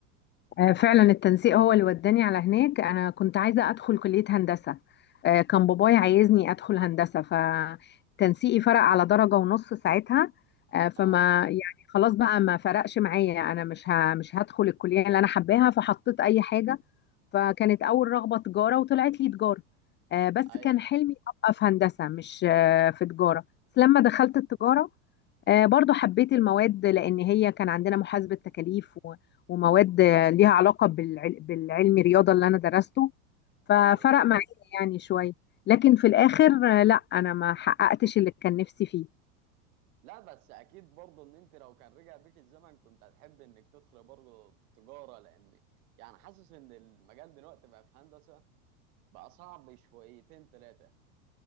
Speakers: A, on the left; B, on the right.
A: آه، فعلا التنسيق هو اللي وداني على هناك انا كنت عايزه ادخل كليه هندسه آه، كان باباي عايزني ادخل هندسه فتنسيقي فرق على درجه ونص ساعتها آه، فما
B: اه
A: يعني خلاص بقى ما فرقش معايا انا مش ه- مش هدخل الكليه اللي انا حباها فحطيت اي حاجه فكانت اول رغبه تجاره وطلعت لي تجاره آه، بس
B: ايوه
A: كان حلمي ابقى في هندسه مش آه، في تجاره بس لما دخلت التجاره آه، برضو حبيت المواد لأن هي كان عندنا محاسبة تكاليف و- ومواد آه، ليها علاقة بالعل- بالعلم الرياضة اللي أنا درسته ففرق
B: ايوه
A: معايا يعني شوية لكن في الآخر آه، لا أنا ما حققتش اللي كان نفسي فيه
B: لا بس اكيد برضه ان انت لو كان رجع بيك الزمن كنت هتحب انك تدخل برضه تجاره لان يعني حاسس ان المجال دلوقتي بقى في هندسه بقى صعب شويتين ثلاثه